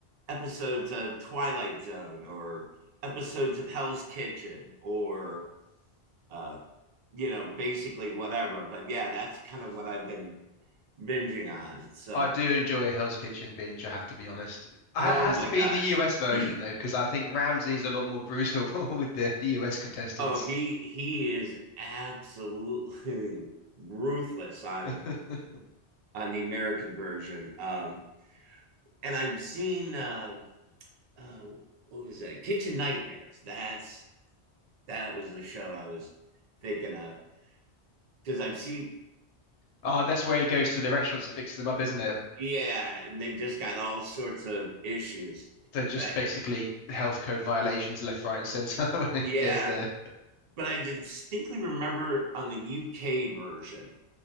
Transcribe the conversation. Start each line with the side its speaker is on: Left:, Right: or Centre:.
Right: episodes of Twilight Zone or episodes of Hell's Kitchen or, uh, you know, basically whatever. But yeah, that's kind of what I've been binging on. So,
Left: I do enjoy a Hell's Kitchen binge, I have to be honest. Ha-
Right: oh
Left: has
Right: my
Left: to be
Right: gosh.
Left: the US version
Right: <clears throat>
Left: though, because I think Ramsay's a lot more brutal <laughs> with the, the US contestants.
Right: Oh, he he is absolutely ruthless on
Left: <laughs>
Right: on the American version. Um, and I've seen uh, uh, what was that? Kitchen Nightmares. That's that was the show I was thinking of because I've seen.
Left: Oh, that's where he goes to the restaurants and fixes them up, isn't it?
Right: Yeah, and they've just got all sorts of issues.
Left: They're just
Right: But,
Left: basically health code violations left, right, and center <laughs> when
Right: yeah,
Left: he goes there.
Right: but I distinctly remember on the UK version